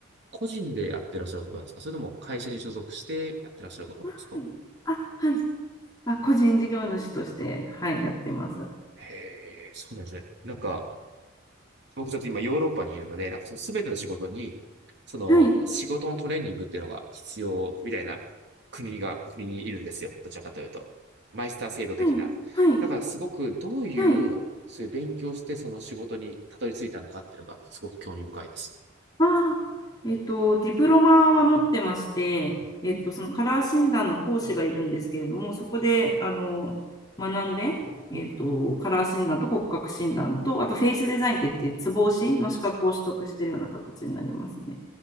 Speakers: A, on the right; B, on the left.
A: 個人でやってらっしゃることなんですかそれとも会社に所属してやってらっしゃることなんですか
B: はいあ、はい。あ、個人事業主として、はい、やってます。
A: へえ、そうなんですね。なんか、僕ちょっと今ヨーロッパにいるので、なんかその全ての仕事に、その仕事のトレーニングっていうのが必要みたいな国が、
B: はい。
A: 国にいるんですよ。どちらかというと。マイスター制度的な。
B: はい。はい。
A: だからすごくどういう、
B: はい。
A: そういう勉強してその仕事にたどり着いたのかっていうのがすごく興味深いです。
B: ああ、えっと、ディプロマは持ってまして、
A: うん、
B: えっと、そのカラー診断の講師がいるんですけれども、そこで、あの、学んで、えっと、
A: うん。
B: カラー診断と骨格診断と、あとフェイスデザインって言って、ツボ押しの資格を取得しているような形になりますね。